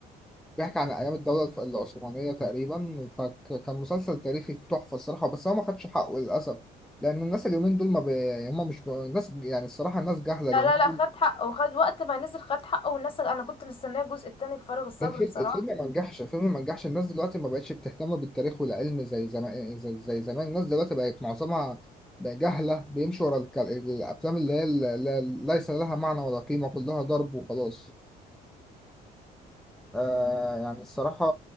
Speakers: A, in the centre; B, on the left.
A: بيحكي عن أيام الدولة الف- العثمانية تقريبا فكان مسلسل تاريخي تحفة الصراحة بس هو ما خدش حقه للأسف لأن الناس اليومين دول ما بي... يعني هم مش ب- الناس يعني الصراحة الناس جاهلة
B: لا
A: اليومين
B: لا
A: دول
B: لا خد حقه وخد وقت ما نزل خد حقه والناس انا كنت مستنيه الجزء التاني بفارغ الصبر
A: الفيلم,
B: بصراحه
A: الفيلم ما نجحش الفيلم ما نجحش الناس دلوقتي ما بقتش بتهتم بالتاريخ والعلم زي زمان زي, زي زمان الناس دلوقتي بقت معظمها بقى جاهلة بيمشوا ورا الك... الأفلام اللي هي ال- ال- ليس لها معنى ولا قيمة كلها ضرب وخلاص آه يعني الصراحة